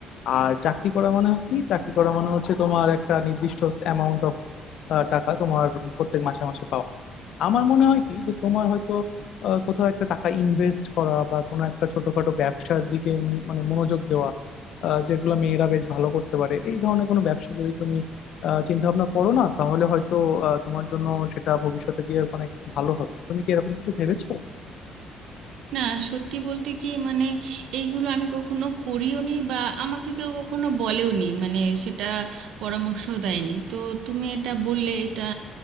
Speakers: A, on the left; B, on the right.
A: আর চাকরি করা মানে কি চাকরি করা মানে হচ্ছে তোমার একটা নির্দিষ্ট অ্যামাউন্ট অফ টাকা তোমার প্রত্যেক মাসে মাসে পাওয়া আমার মনে হয় কি যে তোমার হয়তো আহ, কোথাও একটা টাকা ইনভেস্ট করা বা কোনো একটা ছোটখাটো ব্যবসার দিকে উম মানে মনোযোগ দেওয়া আহ, যেগুলো মেয়েরা বেশ ভালো করতে পারে এই ধরনের কোনো ব্যবসা যদি তুমি চিন্তা ভাবনা করো না তাহলে হয়তো আহ, তোমার জন্য সেটা ভবিষ্যতে গিয়ে অনেক ভালো হবে তুমি কি এরকম কিছু ভেবেছো
B: না সত্যি বলতে কি মানে এইগুলো আমি কখনো করিওনি বা আমাকে কেউ কখনো বলেওনি মানে সেটা পরামর্শ দেয়নি তো তুমি এটা বললে এটা